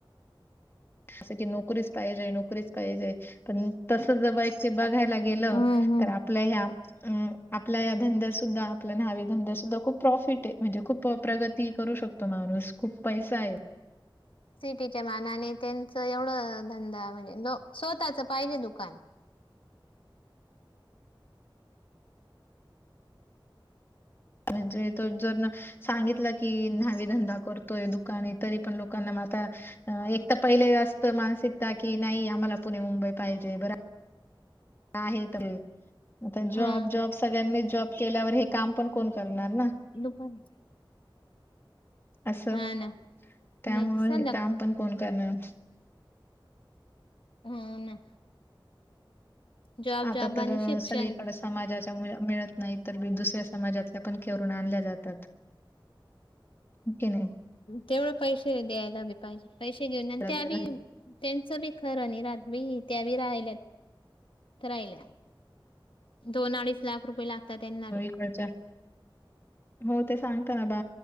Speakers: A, on the left (about 25°); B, on the left (about 85°).
A: जसं की नोकरीच पाहिजे नोकरीच पाहिजे, पण तसं ज ब ते बघायला गेलं,
B: हम्म हम्म
A: तर आपल्या ह्या अ आपल्या या धंद्यात सुद्धा आपल्या न्हावी धंद्यात सुद्धा खूप प्रॉफिट आहे, म्हणजे खूप प्रगती करू शक तो माणूस खूप पैसा आहे.
B: सिटीच्या मानाने त्यांचं एवढं धंदा म्हणजे नो स्वतःच पाहिजे दुकान.
A: म्हणजे तोच जर ना सांगितलं की न्हावी धंदा करतोय दुकान हाय, तरी पण लोकांना मग आता एक तर पहिले असतं मानसिकता, की नाही आम्हाला पुणे मुंबई पाहिजे बर आहे तरी. आता
B: हा
A: जॉब जॉब सगळ्यांनी जॉब केल्यावर हे काम पण कोण करणार ना?
B: <unintelligible>
A: असं
B: हा ना,
A: त्यामुळे
B: नाही संध्याकाळी.
A: हे काम पण कोण करणार
B: हो ना. जॉब
A: आता
B: जॉब
A: तर
B: आणि शिक्षण
A: सगळीकडेच समाजाच्या मुल्या मिळत नाही तर दुसऱ्या समाजातल्या पण करुन आणल्या जातात. हो की नाय?
B: तेवढं पैसे द्यायला बी पाहिजे, पैसे घेऊन आणि
A: लग्न
B: त्या
A: झालं
B: बी त्यांचं बी खरं नाई राहत बाई, त्या बी राहिल्या त राहिल्या. दोन अडीच लाख रुपये लागतात त्यांना बी.
A: करच्या
B: <inaudible>
A: हो ते सांगता ना बा